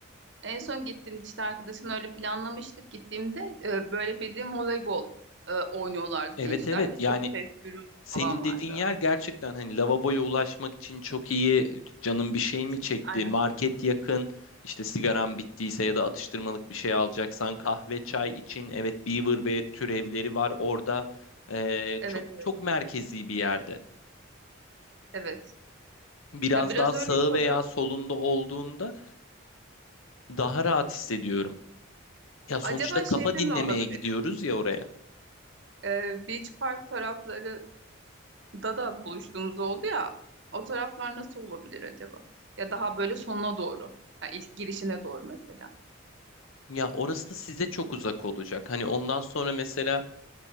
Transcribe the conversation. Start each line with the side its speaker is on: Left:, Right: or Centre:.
Right: en son gittiğimde işte arkadaşımla öyle planlamıştık gittiğimde e, böyle bildiğim voleybol e, oynuyorlardı
Left: Evet
Right: gençler
Left: evet.
Right: ve çok
Left: Yani
Right: ses gürültü
Left: Senin
Right: falan vardı.
Left: dediğin yer gerçekten hani lavaboya ulaşmak için çok iyi, canım bir şey
Right: Kesinlikle.
Left: mi çekti,
Right: Aynen.
Left: market yakın, işte sigaram bittiyse ya da atıştırmalık bir şey alacaksan kahve, çay için evet Beaver ve türevleri var orada. Ee,
Right: Evet
Left: çok
Right: evet.
Left: çok merkezi bir yerde.
Right: Evet.
Left: Biraz
Right: Ya biraz
Left: daha sağı
Right: öyle kalıyor.
Left: veya solunda olduğunda daha rahat hissediyorum. Ya sonuçta
Right: Acaba şeyde
Left: kafa dinlemeye
Right: mi olabilir?
Left: gidiyoruz ya oraya.
Right: E, Beach Park tarafları da buluştuğumuz oldu ya o taraflar nasıl olabilir acaba? Ya daha böyle sonuna doğru. Ya ilk girişine doğru mesela.
Left: Ya orası da size çok uzak olacak. Hani ondan sonra mesela